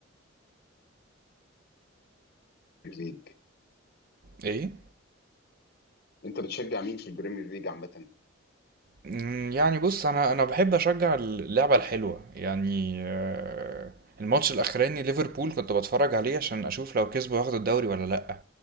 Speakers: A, on the left; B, on the right.
A: في الليج
B: ايه
A: أنت بتشجع مين في البريمير ليج عامة؟
B: مم، يعني بص انا انا بحب اشجع اللعبة الحلوة يعني آه، الماتش الاخراني ليفربول كنت بتفرج عليه عشان اشوف لو كسبوا ياخدوا الدوري ولا لا